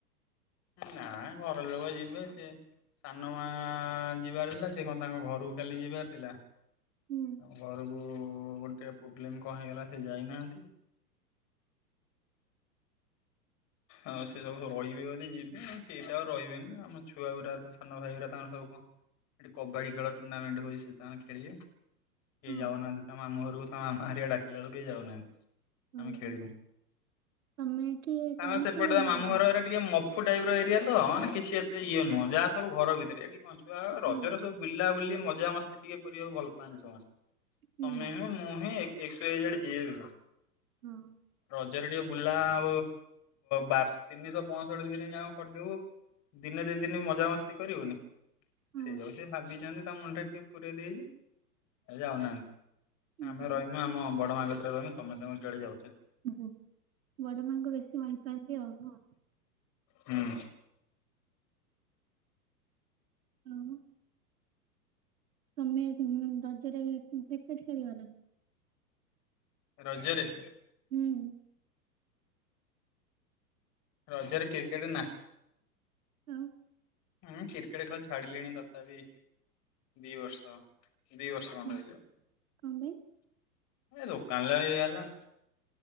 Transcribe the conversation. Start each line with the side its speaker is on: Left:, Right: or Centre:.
Left: ନା ଘର ଲୋକ ଯିବେ ସେ ସାନ ମା ଯିବାର ଥିଲା ସେ କଣ ତାଙ୍କ ଘରକୁ କାଲି ଯିବାର ଥିଲା
Right: ହୁଁ
Left: ଘରଗୁ ଗୋଟେ ପ୍ରୋବ୍ଲେମ କଣ ହେଇଗଲା ସେ ଯାଇନାହାନ୍ତି ଆଉ ସେ ସବୁ ରହିବେ ବୋଲି ଯିବେ କେହି ତ ଆଉ ରହିବେନି ଆମ ଛୁଆଗୁଡ଼ା ସାନ ଭାଇ ଗା ତାଙ୍କର ସବୁ କଣ ଏଠି କବାଡି ଖେଳ ଟୁର୍ଣ୍ଣାମେଣ୍ଟ ହଉଛି ସେ ତାଙ୍କର ଖେିବେ କେହି
Right: ହଁ
Left: ଯାଉନାହାନ୍ତି ତାମ ମାମୁ ଘରକୁ ତାମ ମାମା ହହାରଆ ଡାକିଲା ବେକୁ କେହି ଯାଉନାହାନ୍ତି
Right: ଓ
Left: ଆମେ ଖେଳିବୁ।
Right: ହୋ ତମେ କିଏ
Left: ତାଙ୍କର
Right: ତମେ
Left: ସେପଟେ
Right: ଖେଳିବନି
Left: ତ ମାମଁ
Right: ରଜରେ
Left: ଘରରେ ଟିକେ ମ ଟାଇପ ର ଏରିଆ ତ ମାନେ କିଛି ଏତେ ଇଏ ନୁହଁ ଯାହା ସବୁ ଘର ଭିତରେ ଏଠି କଛୁଆ
Right: ହଁ
Left: ରଜରେ ସବୁ ବୁା ବୁଲି ମଜ ପୂଜା ମସ୍େ ଟିକେ କରିବାକୁ ଭଲ ପାଆନ୍ତି ସମସ୍ତେ
Right: ହୁଁ
Left: ତମେ ହିଁ ମୁଁ ହିଁ ଏକ ସ ଏଇଜେେ ଯିଏେ ବି
Right: ହଁ
Left: ରେ ଟିକେ ବୁଲା ଆ ବାର ତିନିଶହ ପଞ୍ଚଷଠି ଦିନ ଯାକ ଖଡିବୁ ଦିନେ ଦି ଦିନ ମଜା ମସ୍ତି କରିବୁନି
Right: ହଁ
Left: ସେଇ ଅଉ ସେ ଭାବିଛନ୍ତି ତା ମୁଣ୍ଡରେ ଟିକେ ପୁରୀ ଦେଇ ଯାଉନାହାନ୍ତି
Right: ଓହୋ
Left: ଆମେ ରହିମୁ ଆମ ବଡ ମାଙ୍କ ତମେମ ଗାଡି ଯାଉ
Right: ଓୁହୋ ବଡ ମାଙ୍କ ବେଶୀ ଭଲ ପାଆନ୍ତି ଆଉ ହଁ
Left: ହଁ
Right: ହଁ ତମେ ରଜ ରେ କ୍ରିକେଟ ଖେଳିବ ନା-
Left: ରଜରେ-
Right: ହୁଁ-
Left: ରଜରେ କ୍ରିକେଟ ନା-
Right: ଆଉ
Left: ମୁୁଁ କ୍ରିକେଟ ଖେଳ ଛାଡିଲିଣି ତଥାବି ଦି ବର୍ଷ- ଦି ବର୍ଷେ ଖଣ୍ଡେ
Right: କଣ
Left: ହେଇ
Right: କଣ ପାଇଁ
Left: - ଏ ଦୋକାନରେ ଇଏହେଲା